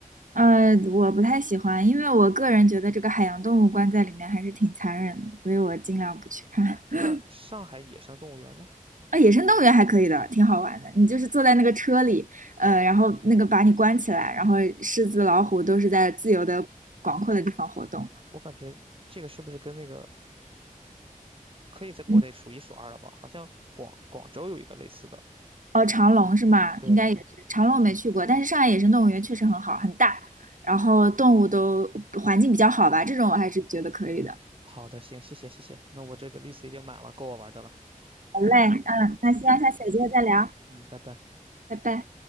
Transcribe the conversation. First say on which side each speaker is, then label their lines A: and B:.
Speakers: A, on the right; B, on the right.
A: 呃，我不太喜欢，因为我个人觉得这个海洋动物关在里面还是挺残忍的，所以我尽量不去看。
B: 那上海野生动物园呢？
A: <laughs> 啊，野生动物园还可以的，挺好玩的。你就是坐在那个车里，呃，然后那个把你关起来，然后狮子、老虎都是在自由的、广阔的地方活动。
B: 我感觉这个是不是跟那个可以在国内数一数二了吧？
A: 嗯，
B: 好像广广州有一个类似的。
A: 哦，长隆是吗？
B: 对，
A: 应该也是，长隆我没去过，但是上海野生动物园确实很好，很大，然后动物都环境比较好吧，这种我还是觉得可以的。
B: 好的，行，谢谢谢谢。那我这个 list 已经满了，够我玩的了。
A: 好嘞，嗯，那希望下次有机会再聊，
B: 嗯，拜拜。
A: 拜拜。